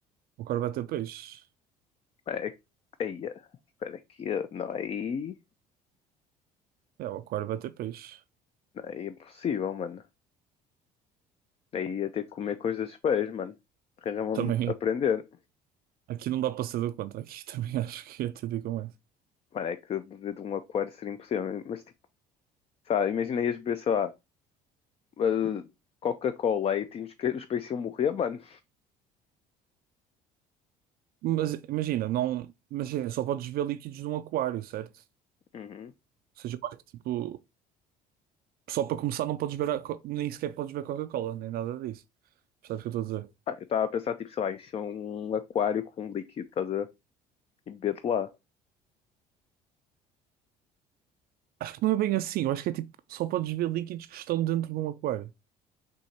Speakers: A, on the right; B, on the left.
A: o aquário vai ter peixe.
B: É. é, Aí, espera aqui. eh, Não, aí.
A: É, o aquário vai ter peixe.
B: não, aí é impossível, mano. Aí ia ter que comer coisas dos pés, mano. Arranjar-me
A: Também,
B: a aprender.
A: aqui não dá para ser do contra. Aqui <laughs> também acho que ia ter de ir com essa.
B: Mano, é que beber de um aquário seria impossível. Mas, tipo, sabe, imagina ias beber, sei lá, eh, Coca-Cola e tinhas que os peixes iam morrer, mano.
A: Mas imagina, não, imagina, só podes beber líquidos de um aquário, certo?
B: Uhum.
A: Ou seja, eu acho que tipo, só para começar não podes beber, a co- nem sequer podes beber Coca-Cola, nem nada disso. Percebes o que eu estou a dizer?
B: Ah, eu estava a pensar, tipo, sei lá, encher um aquário com um líquido, estás a ver? E beber de lá.
A: Acho que não é bem assim. Eu acho que é tipo, só podes ver líquidos que estão dentro de um aquário.